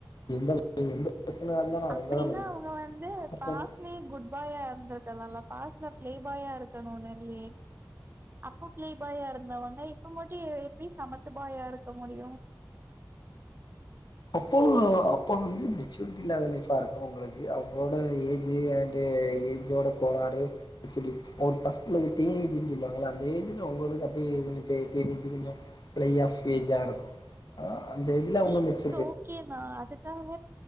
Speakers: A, on the left; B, on the right.
A: எந்த வந்து எந்த பிரச்சன நடந்தாலு
B: அப்டின்னா
A: அவங்கதா பண்ணிக்குவாங்க
B: அவங்க வந்து பாஸ்ட்லயு குட் பாயா இருந்திருக்கலா இல்ல பாஸ்ட்ல பிளே பாயா இருக்கணுனு இல்லியே அப்போ க்ளே பாயா இருந்தவ்ங்க இப்ப மட்டி எப்டி சமத்து பாயா இருக்க முடியு
A: அப்போ அப்போ வந்து மெச்சூரிட்டி இல்லாத லைஃபா இருக்கு அவங்களுக்கு அவங்களோட ஏஜ் அண்டு் ஏஜோட கோளாறு மெச்சூரிி பசங்களுக்கு டீன ஏஜன்னு சொல்லுவாங்கள அந்த ஏஜ்ல அவங்களுக்கு அப்பய டீனஜ் கொஞ்ச பிளே ஆஃப் ஏஜா இருக்கும்அ அந்த இதுல உங்கு மிச்ச
B: ஓகேனா அதுக்காக